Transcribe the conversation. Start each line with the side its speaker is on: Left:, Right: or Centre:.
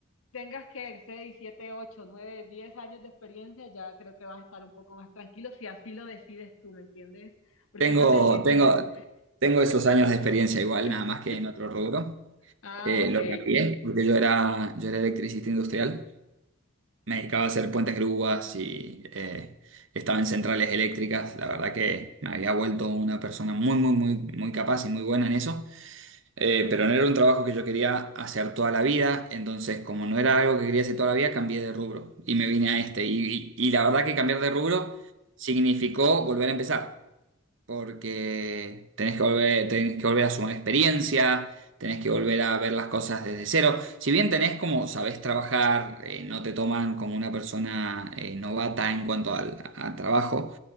Left: tengas que 6 7 8 9 10 años de experiencia, ya creo que vas a estar un poco más tranquilo si así lo decides tú, ¿me entiendes? Porque
Right: Tengo,
Left: eso es decisión.
Right: tengo, tengo esos años de experiencia igual,
Left: <laughs>
Right: nada más que en otro rubro.
Left: Ah,
Right: Eh,
Left: ok.
Right: lo cambié porque yo era, yo era electricista industrial. Me dedicaba a hacer puentes grúas y eh, estaba en centrales eléctricas. La verdad que me había vuelto una persona muy, muy, muy, muy capaz y muy buena en eso. Eh, pero no era un trabajo que yo quería hacer toda la vida, entonces como no era algo que quería hacer toda la vida, cambié de rubro y me vine a este. Y, y- y la verdad que cambiar de rubro significó volver a empezar, porque tenés que volver, tenés que volver a sumar experiencia, tenés que volver a ver las cosas desde cero. Si bien tenés como sabés trabajar, eh, no te toman como una persona eh, novata en cuanto al al trabajo